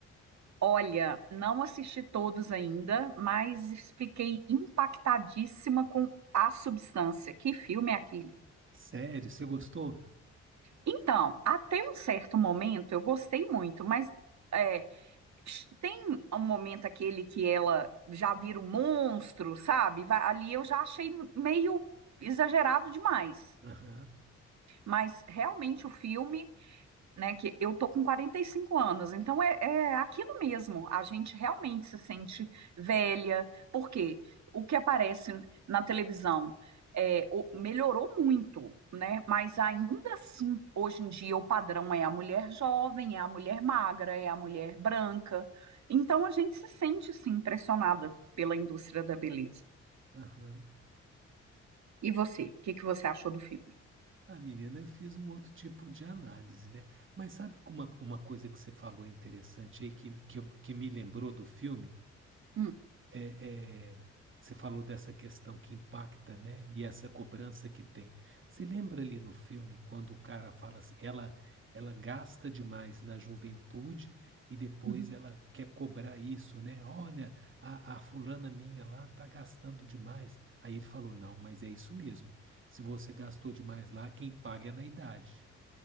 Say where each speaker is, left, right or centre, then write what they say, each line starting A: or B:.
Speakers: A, on the right (about 70°); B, on the right (about 45°).
A: Olha, não assisti todos ainda, mas fiquei impactadíssima com A Substância. Que filme é aquele?
B: Sério, você gostou?
A: Então, até um certo momento eu gostei muito, mas é, ch- tem um momento aquele que ela já vira um monstro, sabe? Va- Ali eu já achei meio exagerado demais.
B: Aham,
A: Mas realmente o filme. né, que eu tô com 45 anos, então é, é aquilo mesmo, a gente realmente se sente velha, porque o que aparece na televisão é, o- melhorou muito, né, mas ainda assim, hoje em dia, o padrão é a mulher jovem, é a mulher magra, é a mulher branca, então a gente se sente, sim, impressionada pela indústria da beleza.
B: aham.
A: E você, o que que você achou do filme?
B: Ah, menina, eu fiz um outro tipo de análise, né? Mas sabe que uma, uma coisa que você falou interessante aí, que, me- que, eu- que me lembrou do filme?
A: Hum.
B: é, é, você falou dessa questão que impacta, né? E essa cobrança que tem. Se lembra ali no filme quando o cara fala assim, ela ela gasta demais na juventude e depois
A: Uhum.
B: ela quer cobrar isso, né? Olha, a, a fulana minha lá tá gastando demais. Aí ele falou, não, mas é isso mesmo. Se você gastou demais lá, quem paga é na idade.